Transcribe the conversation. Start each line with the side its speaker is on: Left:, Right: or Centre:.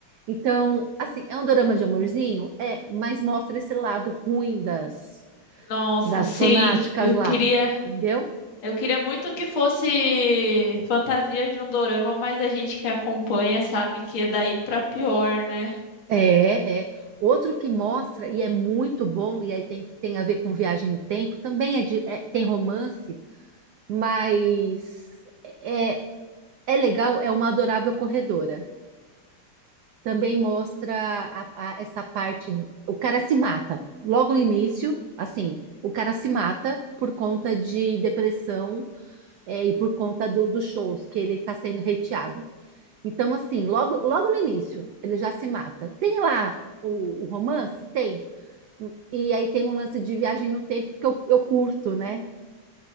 Right: Então, assim, é um dorama de amorzinho? É, mas mostra esse lado ruim das,
Left: Nossa,
Right: das
Left: sim,
Right: fanáticas
Left: eu
Right: lá,
Left: queria,
Right: entendeu?
Left: eu queria muito que fosse fantasia de um dorama, mas a gente que acompanha sabe que é daí pra pior, né?
Right: É, é. Outro que mostra, e é muito bom, e aí tem, tem a ver com viagem no tempo, também é de, é- tem romance, mas é, é legal, é uma adorável corredora. Também mostra a- a- essa parte, o cara se mata. Logo no início, assim, o cara se mata por conta de depressão, é, e por conta do- dos shows que ele está sendo hateado. Então, assim, logo, logo no início, ele já se mata. Tem lá o o romance? Tem. E aí tem um lance de viagem no tempo que eu, eu curto, né?